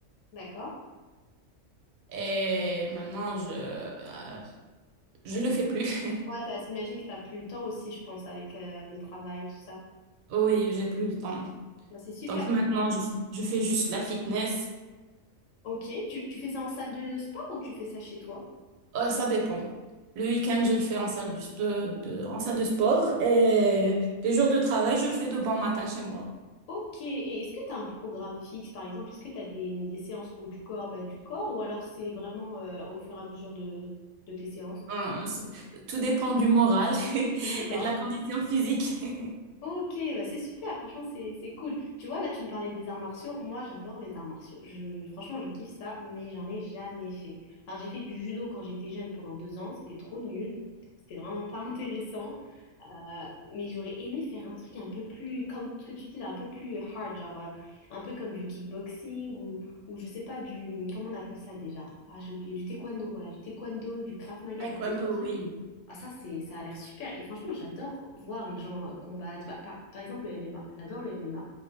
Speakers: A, on the left; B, on the right.
A: D'accord.
B: Et maintenant, je, euh, je le fais plus. <laughs>
A: Ouais, t'as- j'imagine que t'as plus le temps aussi, je pense, avec euh, le travail, tout ça.
B: Oui, j'ai plus le temps.
A: Bah, c'est super.
B: Donc maintenant, je fais, je fais juste la fitness.
A: Ok, tu, tu fais ça en salle de sport ou tu fais ça chez toi?
B: Euh, ça dépend. Le week-end, je le fais en salle du, sp- de, en salle de sport et les jours de travail, je le fais de bon matin chez moi.
A: Ok, et est-ce que tu as un programme fixe, par exemple? Est-ce que tu as des, des séances haut du corps, bas du corps, ou alors c'est vraiment euh, au fur et à mesure de, de tes séances?
B: Hum, c- tout dépend du moral <laughs>
A: D'accord.
B: et de la condition physique. <laughs>
A: Ok, bah c'est super, franchement c'est c'est cool. Tu vois, là tu me parlais des arts martiaux, moi j'adore les arts martiaux. Je, franchement je kiffe ça, mais j'en ai jamais fait. Enfin j'ai fait du judo quand j'étais jeune pendant deux ans, c'était trop nul, c'était vraiment pas <laughs> intéressant. Euh, mais j'aurais aimé faire un truc un peu plus, comme ce que tu dis là, un peu plus hard, genre euh, un peu comme du kickboxing ou, ou je sais pas, du, hum, comment on appelle ça déjà? Ah, j'ai oublié, du taekwondo, voilà, du taekwondo, du Krav Maga.
B: Taekwondo,
A: tu sais.
B: oui.
A: Ah, ça, c'est, ça a l'air super. Et franchement, j'adore voir les gens euh, combattre. Bah, par, par exemple, le MMA, j'adore le MMA.